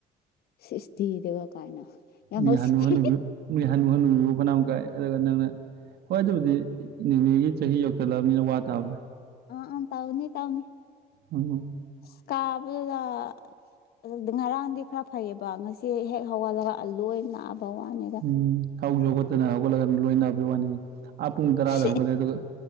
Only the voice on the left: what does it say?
ꯁꯤꯁ ꯇꯤꯌꯦꯗꯨꯒ ꯀꯥꯏꯅ ꯌꯥꯝ
ꯎꯁꯤꯠꯇꯦ
ꯑꯥ ꯑꯥ ꯇꯥꯎꯅꯤ ꯇꯥꯎꯅꯤ
ꯁ꯭ꯀꯥꯕꯗꯨꯗ ꯑꯗꯨꯕꯨꯗꯤ ꯉꯔꯥꯡꯗꯤ ꯈ꯭ꯔ ꯐꯩꯑꯦꯕ ꯉꯁꯤ ꯍꯦꯛ ꯍꯧꯒꯠꯂꯒ ꯑꯂꯣꯏ ꯅꯥꯕ ꯋꯥꯅꯦꯗ
ꯁꯤ